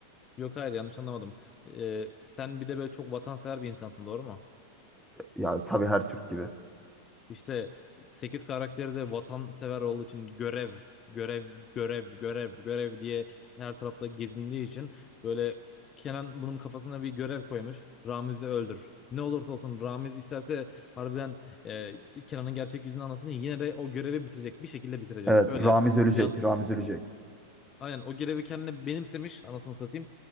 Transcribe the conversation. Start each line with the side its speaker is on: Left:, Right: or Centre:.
Left: Yok hayır yanlış anlamadım. E, sen bir de böyle çok vatansever bir insansın doğru mu?
Centre: Ee, ya tabii her Türk gibi.
Left: İşte 8 karakteri de vatansever olduğu için görev, görev, görev, görev, görev diye her tarafta gezindiği için böyle Kenan bunun kafasına bir görev koymuş. Ramiz'i öldür. Ne olursa olsun Ramiz isterse harbiden e, Kenan'ın gerçek yüzünü anlasın yine de o görevi bitirecek. Bir şekilde bitirecek.
Centre: Evet,
Left: Öyle.
Centre: Ramiz ölecek,
Left: Yan,
Centre: Ramiz ölecek.
Left: Aynen o görevi kendine benimsemiş anasını satayım.